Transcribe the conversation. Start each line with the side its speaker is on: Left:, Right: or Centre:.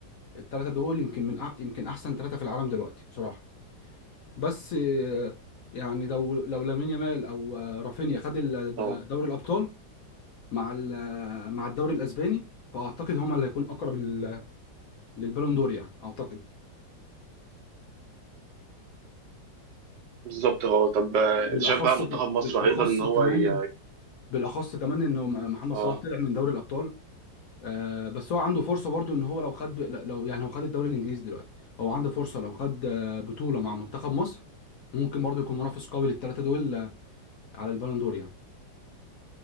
Left: الثلاثه دول يمكن من أح يمكن احسن ثلاثه في العالم دلوقتي بصراحه بس آه، يعني لو لو لامين يامال او آه، رافينيا خد ال-
Right: اه
Left: دوري الابطال مع ال- آه، مع الدوري الاسباني فاعتقد هما اللي هيكون اقرب لل- للبالون دور يعني اعتقد
Right: بالظبط اه طب آه،
Left: بالاخص
Right: انت شايف بقى منتخب
Left: ك-
Right: مصر
Left: بالاخص
Right: هيقدر ان هو
Left: كمان
Right: ي...
Left: إن- بالاخص كمان انه م- محمد
Right: اه
Left: صلاح طلع من دوري الابطال آه، بس هو عنده فرصه برضو ان هو لو خد ب- لو يعني هو خد الدوري الانجليزي دلوقتي هو عنده فرصه لو خد آه، بطوله مع منتخب مصر ممكن برضو يكون منافس قوي للثلاثه دول آه، على البالون دور يعني